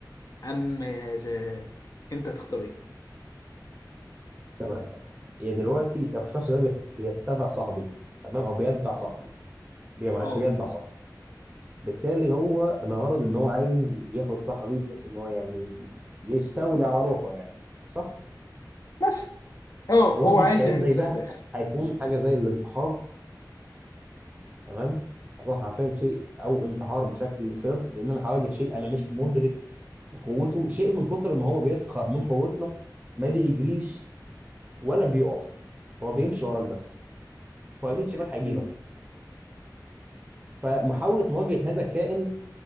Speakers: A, on the left (about 55°); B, on the right (about 20°).
A: ام ماذا انت تختار ايه
B: تمام يعني دلوقتي الشخص ده بيت- بيتبع صاحبي تمام او بيتبع صاحبي بي- معلش
A: اه
B: بيتبع صاحبي بالتالي هو الغرض ان هو عايز ياخد صاحبي بحيث ان هو يعني يستولي على روحه يعني صح
A: مثلا اه
B: مواجهة
A: هو عايز
B: كيان
A: يعمل
B: زي
A: كده
B: ده
A: في الاخر
B: هيكون حاجة زي الانتحار تمام هيكون حرفيا شيء او انتحار بشكل صرف لان انا هواجه شيء انا مش مدرك لقوته شيء من كتر ما هو بيسخر من قوتنا ما بيجريش ولا بيقف هو بيمشي وراك بس هو يمين شمال هيجيبك
A: امم
B: فمحاولة مواجهة هذا الكائن